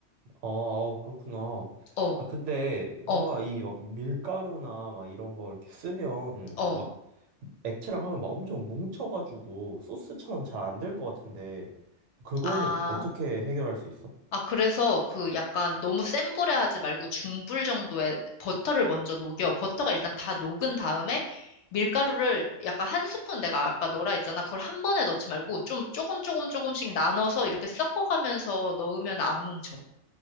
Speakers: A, on the right (about 80°); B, on the left (about 75°).
A: 아, 아우, 그렇구나.
B: 어.
A: 아, 근데 뭔가
B: 어.
A: 이 막 밀가루나 막 이런 걸 이렇게 쓰면
B: 어.
A: 막 액체랑 하면 막 엄청 뭉쳐가지고 소스처럼 잘 안 될 것 같은데 그거는
B: 아.
A: 어떻게 해결할 수 있어?
B: 아, 그래서 그 약간 너무 센 불에 하지 말고 중불 정도에 버터를 먼저 녹여. 버터가 일단 다 녹은 다음에 밀가루를 약간 한 스푼 내가 아까 넣으라 했잖아. 그걸 한 번에 넣지 말고 좀 조금 조금 조금씩 나눠서 이렇게 섞어가면서 넣으면 안 뭉쳐.